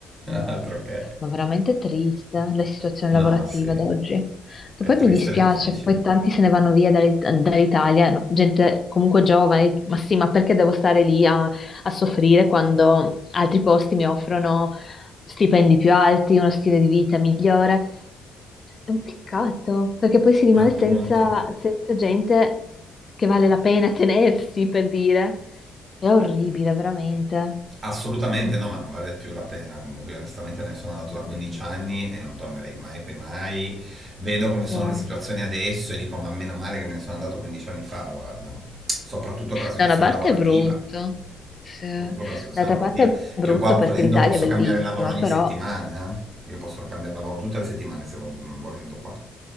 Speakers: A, on the left; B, on the right.
A: ma,
B: Altro che.
A: ma veramente triste eh, la situazione
B: No,
A: lavorativa
B: sì,
A: ad oggi. Che
B: è
A: poi
B: triste
A: mi dispiace,
B: ed è difficile.
A: poi tanti se ne vanno via dall'I- dall'Italia, no, gente comunque giovane, ma sì, ma perché devo stare lì a, a soffrire quando altri posti mi offrono stipendi più alti, uno stile di vita migliore? È un peccato, perché poi si rimane
B: Ma Appunto.
A: senza, senza gente che vale la pena <laughs> tenersi, per dire. È orribile, veramente.
B: Assolutamente
A: Mm,
B: no, ma non vale più la pena. Comunque, io onestamente, me ne sono andato
A: mm,
B: da 15
A: mm, mm.
B: anni e non tornerei mai, poi mai. Vedo come sono
A: Eh.
B: le situazioni adesso e dico: Ma meno male che me ne sono andato 15 anni fa, guarda. Soprattutto per la situazione
A: Da una parte
B: lavorativa.
A: è brutto, sì.
B: Soprattutto per la situazione
A: D'altra
B: lavorativa.
A: parte è brutto
B: Io qua volendo
A: perché l'Italia
B: posso
A: è bellissima,
B: cambiare lavoro ogni
A: però
B: settimana. eh. Io posso cambiare lavoro tutte le settimane se vol- volendo qua.